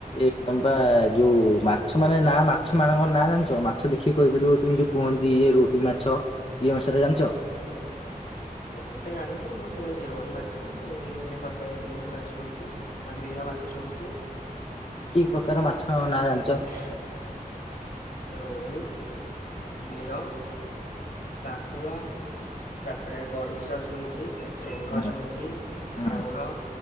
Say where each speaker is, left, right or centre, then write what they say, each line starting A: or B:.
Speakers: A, on the left (about 40°); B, on the left (about 80°).
A: ଇସି ତମେ ପା ଯୋଉଁ ମାଛ ମାନେ ନାଁ ମାଛ ମାନଙ୍କର ନାଁ ଜାଣିଛ। ମାଛ ଦେଖି ଦେଖିକି କହିପାରିବ କେମିତି କୁହନ୍ତି ଏରୋହି ମାଛ ଇଏ ମାଛ ଟା ଜାଣିଛ।
B: ସେମିତି ତ ଜାଣିନି। ମୁଁ ଶୁଣିଛି ରୋହି ମାଛ ଏଁ କଣ ତ ଇଲିଶି ମାଛ ଶୁଣିଛି। ନାଁ ମିର ମାଛ ଶୁଣିଛି।
A: କେତେ ପ୍ରକାର ମାଛ ନାଁ ଜାଣିଛ।
B: ଖାଁ। ରୋହି ମୀର। ଭାକୁର ତାପରେ ଗଡିଶ ଶୁଣିଛି। ଚେଙ୍ଗ
A: ହଁ
B: ଶୁଣିଛି ଶେଉଳ
A: ହଁ